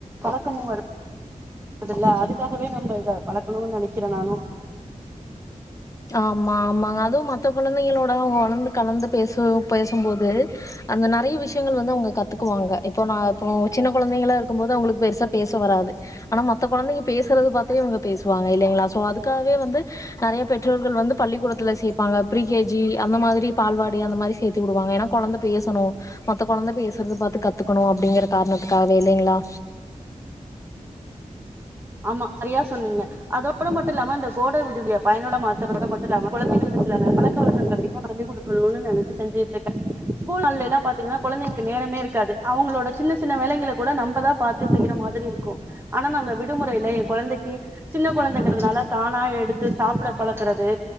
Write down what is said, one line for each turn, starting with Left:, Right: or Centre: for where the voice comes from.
Right: பழக்கமும் வரும் இதுல்ல அதுக்காகவே நம்ம இத பழக்கணுனு நெனைக்றே நானும்
Left: ஆம்மா ஆம்மாங்க அதுவும் மத்த கொழந்தைங்களோட அவுங்க வளந்து கலந்து பேச பேசும்போது அந்த நெறைய விஷயங்கள் வந்து அவுங்க கத்துக்குவாங்க இப்போ நா இப்போ சின்ன கொழந்தைங்களா இருக்கும்போது அவுங்களுக்கு பெருசா பேச வராது ஆனா மத்த கொழந்தைங்க பேசுறது பாத்தே இவுங்க பேசுவாங்க இல்லைங்களா சோ அதுக்காகவே வந்து நெறைய பெற் றோர்கள் வந்து பள்ளிக்கூடத்ல சேப்பாங்க ப்ரீ கே ஜி அந்த மாதிரி பால்வாடி அந்த மாதிரி சேத்து விடுவாங்க ஏன்னா கொழந்த பேசணு மத்த கொழந்த பேசுறது பாத்து கத்துக்கனு அப்டிங்கற காரணத்துக்காகவே இல்லைங்களா
Right: ஆமா சரியா சொன்னீங்க அதோட மட்டுல்லாம இந்த கோட விடுபிய பயனுள்ள மாத்திரது மட்டுமில்லாம <inaudible> கொழந்தைகளுக்கு சில நல்ல பழக்க வழக்கங்களை சொல்லி குடுத் சொல்லணு நெனச்சு செஞ்சுட்டுருக்கே ஸ்கூல் நாளலெல்லாம் பாத்தீங்கன்னா கொழந்தைளுக்கு நேரமே இருக்காது அவுங்களோட சின்ன சின்ன வேலைங்கள கூட நம்மதா பாரத்து செய்யிற மாதிரிருக்கு ஆனா அந்த விடுமுறைலே ஏ கொழந்தக்கீ சின்ன கொழந்தங்கிறதுனால தானா எடுத்து சாப்ட பழக்குறது